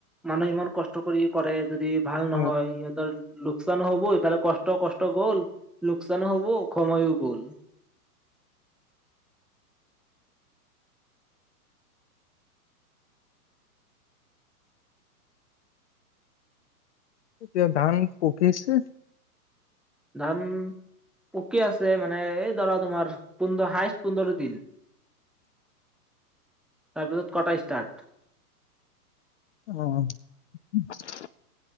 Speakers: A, in the centre; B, on the left.
A: মানুহ ইমান কষ্ট কৰি কৰে। যদি ভাল নহয়
B: অ
A: সিহঁতৰ লোকচান হ'ব এইফালে কষ্ট-কষ্ট গ'ল, লোকচানো হ'ব সময়ও গ'ল।
B: এতিয়া ধান পকিছে।
A: ধান পকি আছে মানে এই ধৰা তোমাৰ, পোন্ধৰ হাইষ্ট পোন্ধৰ দিন, তাৰপিছত কটা ষ্টাৰ্ট।
B: অ' <unintelligible>